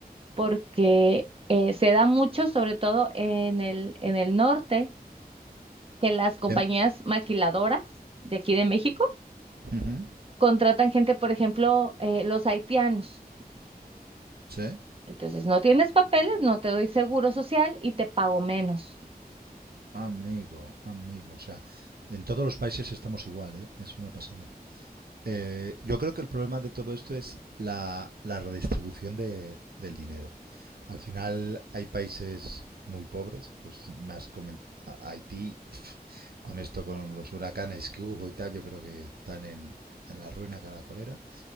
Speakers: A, on the right; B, on the right.
A: porque eh, se da mucho, sobre todo en el, en el norte, que las compañías
B: De-
A: maquiladoras de aquí de México
B: Ujú,
A: contratan gente, por ejemplo, eh, los haitianos.
B: sí,
A: Entonces, no tienes papeles, no te doy seguro social y te pago menos.
B: amigo, amigo. O sea, en todos los países estamos igual, ¿eh? Es una pasada. Eh, yo creo que el problema de todo esto es la, la redistribución de- del dinero. Al final hay países muy pobres, pues más comen- a- Haití, pf, con esto, con los huracanes que hubo y tal, yo creo que están en, en la ruina caracolera.